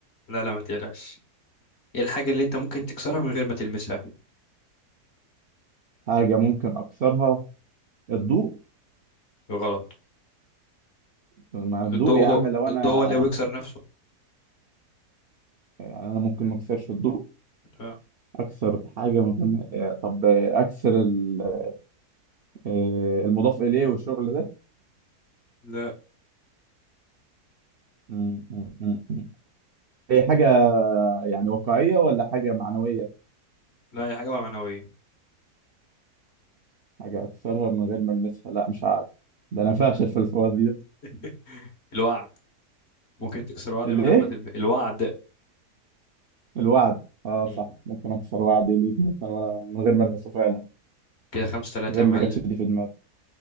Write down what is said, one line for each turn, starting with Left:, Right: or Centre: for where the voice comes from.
Left: لا لا ما تقلقش ايه الحاجة اللي انت ممكن تكسرها من غير ما تلمسها
Right: حاجة ممكن أكسرها الضوء
Left: غلط
Right: ما الضوء
Left: الضوء
Right: يا عم
Left: هو
Right: لو
Left: الضوء
Right: أنا
Left: هو اللي بيكسر نفسه
Right: يعني أنا ممكن ما أكسرش الضوء
Left: لا
Right: أكسر حاجة ممكن آه، طب آه، أكسر ال- آه، المضاف إليه والشغل ده
Left: لا
Right: م- م- م- م. هي حاجة يعني واقعية ولا حاجة معنوية
Left: لا هي حاجة معنوية
Right: حاجة أكسرها من غير ما ألمسها لا مش عارف ده أنا فاشل في الفوازير
Left: <laughs> الوعد ممكن تكسر وعد
Right: الإيه؟
Left: من غير ما تلمس الوعد
Right: الوعد أه
Left: مم.
Right: صح ممكن أكسر وعدي ليك مثلا وأنا من غير ما ألمسه فعلا
Left: كده خمسة ثلاثة
Right: غير
Left: يا
Right: ما
Left: معلم
Right: جاتش دي في دماغي